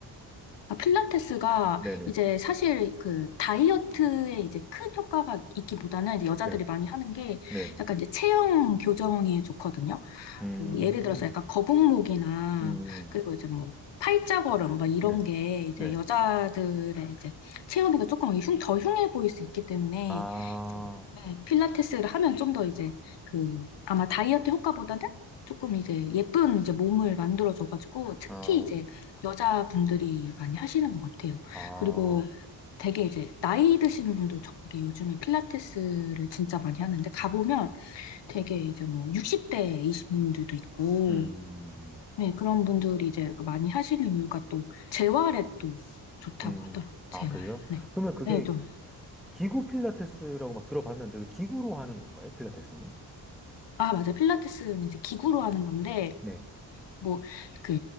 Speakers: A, on the left (about 80°); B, in the centre.
A: 아, 필라테스가
B: 네네.
A: 이제 사실 그 다이어트에 이제 큰 효과가 있기보다는 이제 여자들이
B: 네.
A: 많이 하는 게
B: 네네.
A: 약간 이제 체형 교정에 좋거든요.
B: 음,
A: 뭐 예를 들어서 약간 거북목이나
B: 음,
A: 그리고 이제 뭐 팔자걸음 막 이런
B: 네.
A: 게 이제
B: 네.
A: 여자들의 이제 체형이 조금 흉, 더 흉해 보일 수 있기 때문에
B: 아,
A: 이제 네, 필라테스를 하면 좀 더 이제 그 아마 다이어트 효과보다는 조금 이제 예쁜 이제 몸을 만들어줘가지고 특히
B: 아,
A: 이제 여자분들이 많이 하시는 것 같아요.
B: 아,
A: 그리고 되게 이제 나이 드신 분도 저게 요즘에 필라테스를 진짜 많이 하는데 가보면 되게 이제 뭐 60대이신 분들도 있고
B: 음,
A: 네, 그런 분들이 이제 많이 하시는 이유가 또 재활에 또 좋다고
B: 음.
A: 하더라고요.
B: 아,
A: 재활.
B: 그래요?
A: 네.
B: 그러면 그게
A: 네, 좀.
B: 기구 필라테스라고 막 들어봤는데, 그 기구로 하는 건가요? 필라테스는?
A: 아, 맞아. 필라테스는 이제 기구로 하는 건데
B: 네.
A: 뭐, 그,